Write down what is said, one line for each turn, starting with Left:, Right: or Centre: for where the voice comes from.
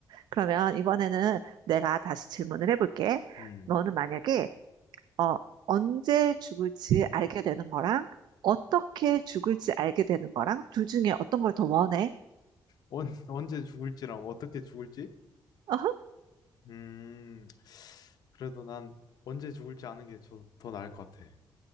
Right: 그러면 이번에는 내가 다시 질문을 해볼게.
Left: 음.
Right: 너는 만약에 어, 언제 죽을지 알게 되는 거랑 어떻게 죽을지 알게 되는 거랑 둘 중에 어떤 걸 더 원해?
Left: 언, <laughs> 언제 죽을지랑 어떻게 죽을지?
Right: 어허?
Left: 음. 그래도 난 언제 죽을지 아는 게 더 나을 것 같아.